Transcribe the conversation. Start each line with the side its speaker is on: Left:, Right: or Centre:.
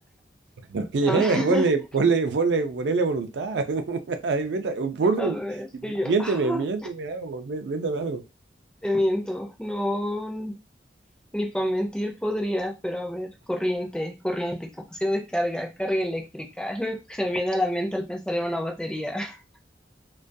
Right: <laughs> Oye,
Centre: <laughs>
Right: nene, ponle, ponle, ponle, ponele voluntad. <laughs> Ay, meta- por-
Centre: a ver, y yo,
Right: miénteme,
Centre: ah,
Right: miénteme algo, mé- métame algo.
Centre: te miento, no, ni para mentir podría, pero a ver, corriente, corriente, capacidad de carga, carga eléctrica, <laughs> es lo que se me viene a la mente al pensar en una batería. <laughs>